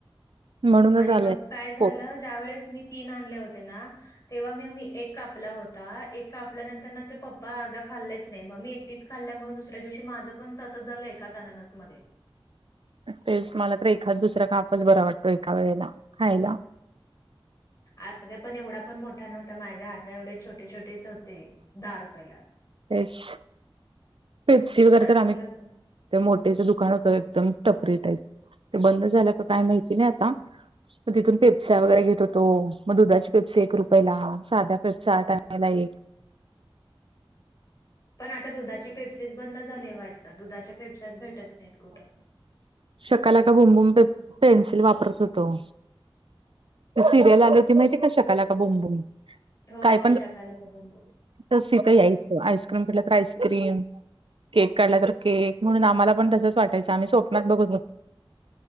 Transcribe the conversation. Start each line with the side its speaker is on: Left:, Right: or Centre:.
Right: म्हणूनच
Left: आणि
Right: आलंय
Left: मग काय झालं
Right: हो
Left: ज्या वेळेस मी तीन आणले होते ना तेव्हा मी मी एक कापला होता एक कापल्यानंतर ना ते पप्पा अर्धा खाल्लेच नाही मग मी ीच खाल्ल्यामुळे दुसऱ्या दिवशी माझं पण तसं झालं एकाच अननसमध्ये
Right: तेच मला तर एखाद दुसरा कापच बरा वाटतो एका वेळेला खायला.
Left: अग पण एवढा पण मोठा नव्हता माझ्या हाता एवढे छोटे छोटेच होते दहा रुपयाला.
Right: तेच.. पेप्सी वगैरे
Left: तसलं
Right: तर आम्ही
Left: पण.
Right: ते मोठेचं दुकान होतं एकदम टपरी टाईप ते बंद झाल्या का काय माहिती नाही आता? मग तिथून पेपसा्या वगैरे घेत होतो मग दुधाचे पेपसे एक रुपयाला साध्या पेपसा आठ आण्यला एक
Left: पण आता दुधाची पेपसीस बंद झाले वाटतात दुधाच्या पेफस्याच भेटत नाहीत कुठं.
Right: शकाला का भुमबुम पे.. पेन्सिल वापरत होतो. ते सिरियल आल होती माहिती का शकालका बुम बुम
Left: हो,
Right: काय पण
Left: शकाला का बंबू.
Right: तसथंस आईस्क्रीम काढलं तर आईस्क्रीम केक काढला तर केक म्हणून आम्हाला पणस वाटयचं आम्ही स्वप्त बघू ब